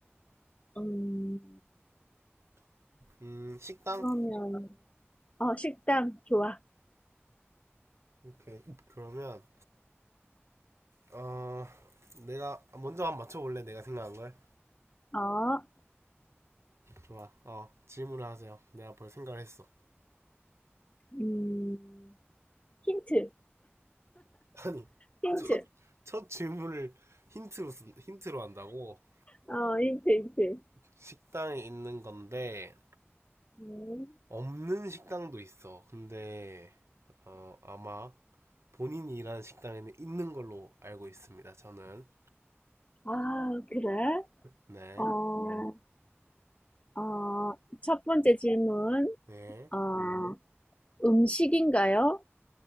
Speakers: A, on the left; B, on the right.
A: 음.
B: 음 식당?
A: 그러면 어, 식당 좋아.
B: 오케이. 그러면 어 내가 먼저 한번 맞춰볼래? 내가 생각한 걸?
A: 어.
B: 좋아. 어 질문을 하세요. 내가 벌 생각을 했어.
A: 음. 힌트.
B: <laughs> 아니
A: 힌트.
B: 첫 첫 질문을 힌트로 쓴- 힌트로 한다고
A: 어, 힌트 힌트.
B: 식당에 있는 건데
A: 음.
B: 없는 식당도 있어. 근데 어, 아마 본인이 일하는 식당에는 있는 걸로 알고 있습니다. 저는
A: 아, 그래?
B: 네,
A: 어. 어, 첫 번째 질문.
B: 네.
A: 어, 음식인가요?